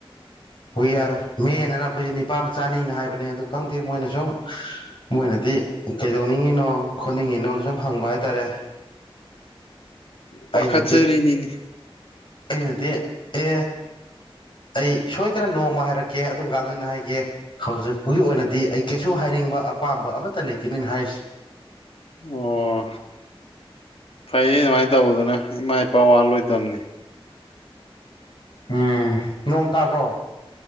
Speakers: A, on the left (about 55°); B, on the left (about 75°).
A: ꯍꯨꯢ ꯌꯥꯔꯦ ꯃꯦꯟꯅ ꯑꯩꯈꯣꯏꯁꯦ ꯅꯤꯄꯥꯝꯆꯅꯤꯅ ꯍꯥꯏꯕꯅꯦ ꯑꯗꯨ ꯈꯪꯗꯦ ꯃꯣꯏꯅ ꯁꯨꯝ ꯃꯨ ꯑꯣꯏꯅꯗꯤ ꯀꯩꯗꯧꯅꯤꯡꯉꯤꯅꯣ ꯈꯣꯠꯅꯤꯡꯉꯤꯅꯣꯅ ꯁꯨꯝ ꯍꯪꯕ ꯍꯥꯏꯇꯥꯔꯦ
B: ꯄꯥꯈꯠ
A: ꯑꯩꯅꯗꯤ
B: ꯆꯔꯤꯅꯤꯅꯦ
A: ꯑꯩꯅꯗꯤ ꯑꯦ ꯑꯩ ꯁꯣꯏꯗꯅ ꯅꯣꯡꯃ ꯍꯥꯏꯔꯛꯀꯦ ꯑꯗꯨꯝ ꯀꯥꯟꯗ ꯑꯣꯏꯅ ꯍꯥꯏꯒꯦ ꯍꯧꯖꯤꯛꯄꯒꯤ ꯑꯣꯏꯅꯗꯤ ꯑꯩ ꯀꯩꯁꯨ ꯍꯥꯏ ꯍꯥꯏꯅꯤꯡꯕ ꯑꯄꯥꯝꯕ ꯑꯃꯠꯇ ꯂꯩꯇꯦ ꯅꯣꯏꯅ ꯍꯥꯏꯔꯤꯁꯤ
B: ꯑꯣ ꯐꯩꯌꯦ ꯑꯗꯨꯃꯥꯏ ꯇꯧꯕꯗꯨꯅ ꯏꯃꯥ ꯏꯄꯥ ꯋꯥꯍꯜꯂꯣꯏꯗꯝꯅꯦ
A: ꯎꯝ ꯅꯣꯡ ꯇꯥꯕ꯭ꯔꯣ